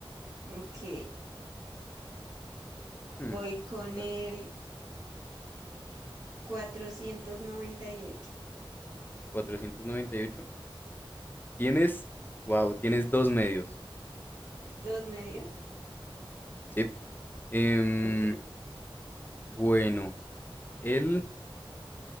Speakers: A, on the right; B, on the left.
A: Ok.
B: Hmm,
A: Voy con
B: vas-
A: el cuatrocientos noventa y ocho
B: cuatrocientos noventa y ocho Tienes, wow, tienes dos medios,
A: ¿Dos medios?
B: ¿sí? Em,
A: Ok.
B: bueno, el